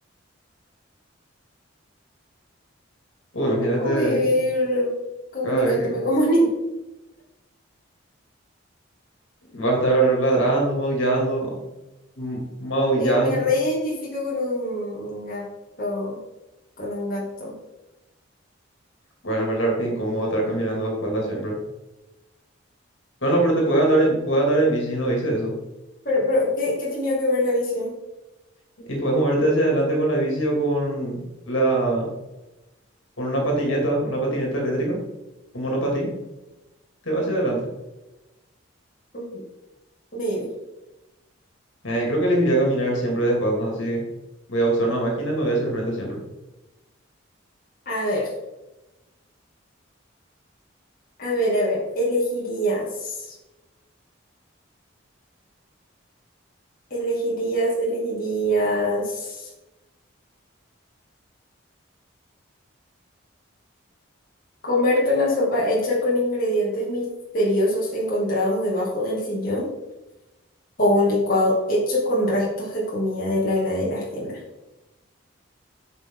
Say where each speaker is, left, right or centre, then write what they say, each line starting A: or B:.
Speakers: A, on the left (about 75°); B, on the left (about 45°).
A: Uy,
B: creo
A: imagínate
B: que puedo vivir comunicándome
A: cada vez que
B: como animal.
A: va a estar ladrando, maullando. m- maullando.
B: Me, me reidentifico con un gato, con un gato.
A: Bueno, pero la verdad que incómodo estar caminando de espalda siempre. Bueno, pero te puede andar en, puede andar en bici, no dice eso.
B: Pero, pero, ¿qué, qué tenía que ver la bici?
A: Y puedes moverte hacia adelante con la bici o con la, con una patineta, una patineta eléctrica, un monopatín, te va hacia adelante.
B: Ujú, Maybe.
A: Eh, creo que elegiría caminar siempre de espalda, así voy a usar una máquina y me voy hacia el frente siempre.
B: A ver, a ver, a ver. Elegirías, elegirías, elegirías comerte una sopa hecha con ingredientes misteriosos encontrados debajo del sillón. o un licuado hecho con restos de comida de la heladera ajena.